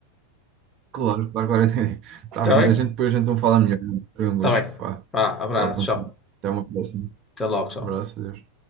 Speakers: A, on the right; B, on the left.
A: Claro, claro, claro. <laughs> Está
B: Está
A: bem.
B: bem?
A: A gente depois a gente então fala melhor. né? Foi um gosto
B: Tá bem.
A: pá,
B: Vá, abraço,
A: falar contigo.
B: tchau.
A: Até uma próxima.
B: Até logo, tchau.
A: Abraço, adeus.